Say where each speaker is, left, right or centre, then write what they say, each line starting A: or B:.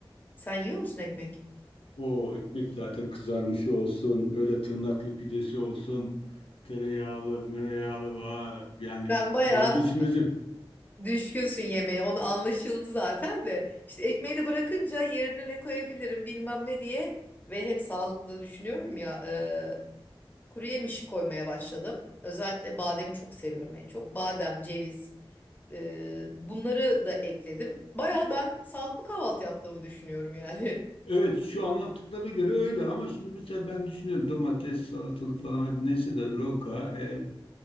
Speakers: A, on the left; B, on the left.
A: Sen yiyor musun ekmek?
B: o ekmek zaten kızarmışı olsun, öyle tırnaklı pidesi olsun, tereyağlı, mereyağlı, vay, yani
A: Ben bayağı
B: vazgeçilmezim.
A: düşkünsün yemeğe. Onu anlaşıldı zaten de. İşte ekmeği de bırakınca yerine ne koyabilirim bilmem ne diye. Ve hem sağlıklı da düşünüyorum ya. e, Kuru yemiş koymaya başladım. Özellikle bademi çok seviyorum en çok. Badem, ceviz, e, bunları da ekledim. Baya ben sağlıklı kahvaltı yaptığımı düşünüyorum yani. <laughs>
B: Evet şu anlattıklarına göre öyle ama şimdi mesela ben düşünüyorum domates, salatalık falan hadi neyse de roka, e,